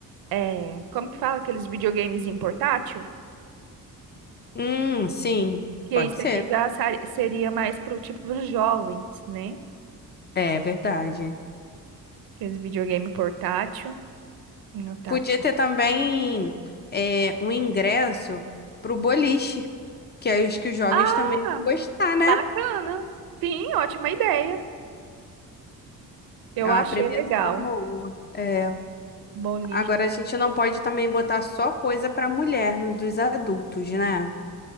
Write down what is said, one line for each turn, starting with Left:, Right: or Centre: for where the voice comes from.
Right: É, como que fala? Aqueles videogames em portátil?
Left: Hum, sim,
Right: Que
Left: pode
Right: isso
Left: ser.
Right: aqui já sa- seria mais pro tipo dos jovens, né?
Left: É verdade.
Right: Aqueles videogame portátil. Não tá.
Left: Podia ter também é, um ingresso para o boliche, que é os que os jovens
Right: Ah,
Left: também vão gostar,
Right: bacana.
Left: né?
Right: Sim, ótima ideia. Eu
Left: É uma
Right: achei
Left: premiação
Right: legal.
Left: boa. É.
Right: Boliche.
Left: Agora, a gente não pode também botar só coisa para mulher nos dos adultos, né?